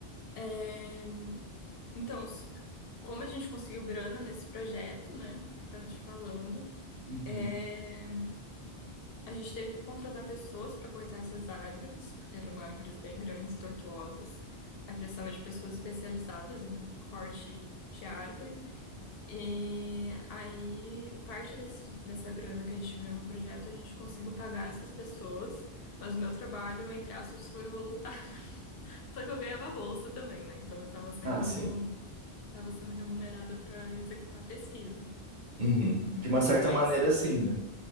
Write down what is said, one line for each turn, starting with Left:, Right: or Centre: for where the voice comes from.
Left: é Então, s- como a gente conseguiu grana nesse projeto, né, que eu tava te falando,
Right: Uhum.
Left: é, a gente teve que contratar pessoas para cortar essas árvores, porque eram árvores bem grandes, tortuosas. Aí precisava de pessoas especializadas em corte de árvore. E aí, parte desse- dessa grana que a gente ganhou no projeto, a gente conseguiu pagar essas pessoas, mas o meu trabalho, entre aspas, foi voluntário. <laughs> Só que eu ganhava bolsa também, né? Então eu tava sendo
Right: Ah, sim.
Left: estava sendo remunerada para executar a pesquisa.
Right: Uhum.
Left: Hum,
Right: De uma certa
Left: Aí,
Right: maneira,
Left: s-
Right: sim, né?